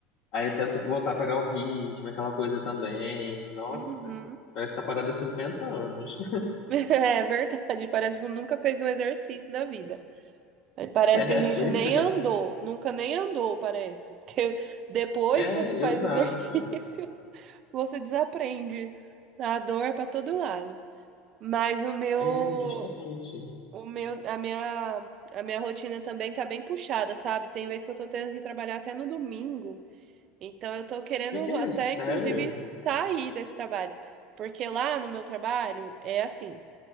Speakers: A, on the left; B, on the right.
A: Aí até você voltar a pegar o ritmo, aquela coisa também. Nossa,
B: Uhum.
A: parece essa parada há 50 anos. <laughs>
B: <laughs> É verdade, parece que nunca fez um exercício na vida. Aí Parece
A: É,
B: que a gente
A: pois
B: nem
A: é.
B: andou, nunca nem andou, parece. Porque depois
A: É,
B: que você faz
A: exato.
B: exercício, <laughs> você desaprende. A dor é para todo lado. Mas o meu,
A: É, justamente.
B: o meu, a minha, a minha rotina também tá bem puxada, sabe? Tem vezes que eu tô tendo que trabalhar até no domingo. Então eu tô querendo
A: É,
B: até,
A: é sério?
B: inclusive, sair desse trabalho. Porque lá no meu trabalho é assim,